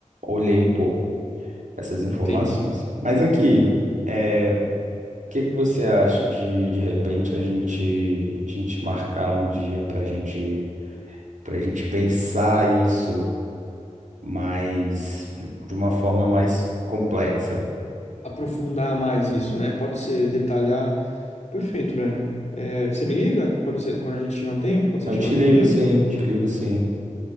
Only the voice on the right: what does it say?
olhei um pouco essas informações.
Mas aqui, é, o que que você acha de de repente a gente a gente marcar um dia para gente para gente pensar isso mais de de uma forma mais complexa?
Eu
te
ligo, sim. Te ligo, sim.